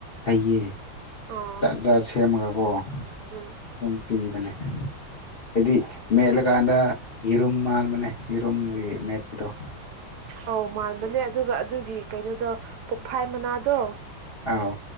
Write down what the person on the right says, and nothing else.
ꯑꯥ
ꯎꯝ
ꯑꯧ ꯃꯥꯟꯕꯅꯦ ꯑꯗꯨꯒ ꯑꯗꯨꯒꯤ ꯀꯩꯅꯣꯗꯣ ꯄꯣꯡꯐꯥꯏ ꯃꯅꯥꯗꯣ